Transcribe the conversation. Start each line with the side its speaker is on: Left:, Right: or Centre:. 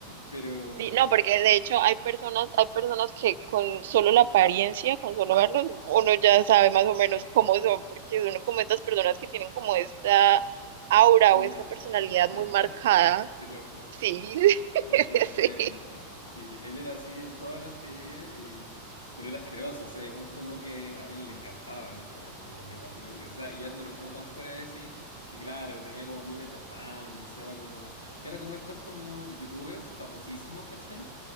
Left: Pero
Right: Sí, no, porque de hecho hay personas, hay personas que con solo la apariencia, con solo verlos, uno ya sabe más o menos cómo son, porque son como estas personas que tienen como esta aura
Left: aura
Right: o esta personalidad
Left: <laughs>
Right: muy
Left: de
Right: marcada
Left: loco, sí.
Right: Sí, <laughs>
Left: Definitivamente.
Right: sí.
Left: Sí, él era así en toda la serie, y- pero era asqueroso. O sea, igual como que a él le encantaban los juegos, como que para él. o sea, y era una persona tan fuera de sí, y claro, que tenía como miles de fans, era como. Y era como estos como youtubers famosísimos, ¿cachai?